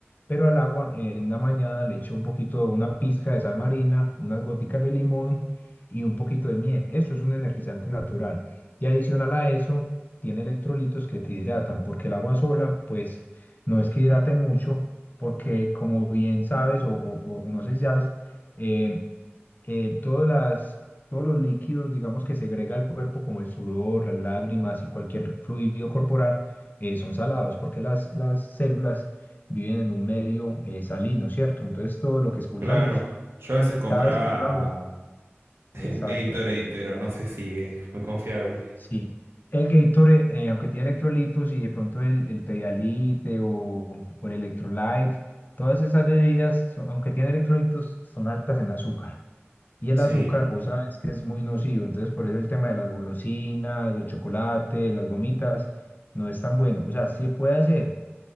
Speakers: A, on the left; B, on the right.
A: pero al agua eh, en la mañana le echo un poquito, una pizca de sal marina, unas goticas de limón y un poquito de miel. Eso es un energizante natural. Y adicional a eso, tiene electrolitos que te hidratan, porque el agua sola, pues, no es que hidrate mucho porque como bien sabes, o, o- o no sé si sabes, eh, eh, todas las, todos los líquidos, digamos, que segrega el cuerpo, como el sudor, las lágrimas y cualquier fluido corporal, eh, son salados, porque las, las células viven en un medio eh, salino, ¿cierto? Entonces todo lo que expulsamos
B: claro. Yo a veces compraba
A: cada vez que sudamos,
B: <laughs>
A: exacto
B: Gatorade, pero no sé si es muy confiable.
A: Sí, el Gatorade, eh, aunque tiene electrolitos y de pronto el, el Pedialyte o, o el Electrolyte, todas esas bebidas, son- aunque tienen electrolitos, son altas en azúcar. Y el
B: Sí,
A: azúcar, vos sabes que es muy nocivo, entonces por eso el tema de las golosinas, los chocolates, las gomitas, no es tan bueno. O sea, sí puede hacer,